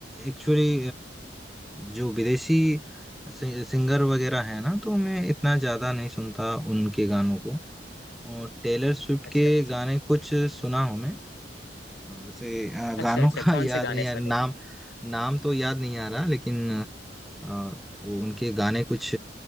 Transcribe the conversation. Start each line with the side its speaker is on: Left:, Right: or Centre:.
Centre: एक्चुअली जो विदेशी सिंगर वगैरह है ना तो मैं इतना ज़्यादा नहीं सुनता उनके गानों को और टेलर स्विफ्ट
Left: अच्छा
Centre: के
Left: अच्छा
Centre: गाने कुछ सुना हूँ मैं वैसे अ, गानों
Left: अच्छा अच्छा
Centre: का <laughs>
Left: कौन
Centre: याद
Left: से गाने
Centre: नहीं आ नाम
Left: सुने हैं
Centre: नाम तो याद नहीं आ रहा लेकिन अ, वो उनके गाने कुछ